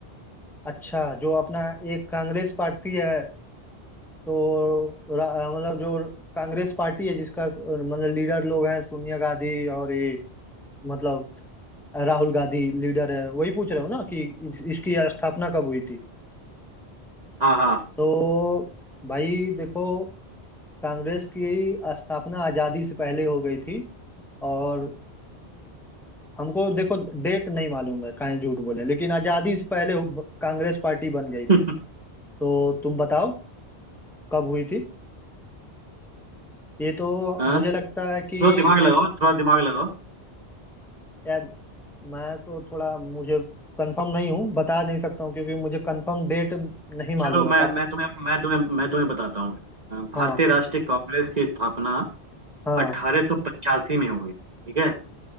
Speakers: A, in the centre; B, on the right (about 40°).
A: अच्छा जो अपना एक कांग्रेस पार्टी है तो रा- मतलब जो कांग्रेस पार्टी है जिसका अ, मतलब लीडर लोग हैं सोनिया गांधी और ये मतलब राहुल गांधी लीडर है वही पूछ रहे हो ना कि इस- इसकी स्थापना कब हुई थी
B: हाँ हाँ
A: तो भाई देखो कांग्रेस की स्थापना आजादी से पहले हो गई थी और हमको देखो डेट नहीं मालूम है काहे झूठ बोले लेकिन आजादी से पहले कांग्रेस पार्टी बन गई थी
B: <laughs>
A: तो तुम बताओ कब हुई थी ये तो
B: हाँ
A: मुझे लगता है कि
B: थोड़ा दिमाग
A: वो-
B: लगाओ थोड़ा दिमाग लगाओ
A: यार मैं तो थोड़ा मुझे कंफर्म नहीं हूँ बता नहीं सकता हूँ क्योंकि मुझे कंफर्म डेट नहीं मालूम
B: चलो मैं
A: है काफी
B: मैं तुम्हें मैं तुम्हें मैं तुम्हें बताता हूँ अ,
A: हाँ
B: भारतीय राष्ट्रीय कांग्रेस की स्थापना
A: हाँ
B: 1885 में हुई थी, ठीक है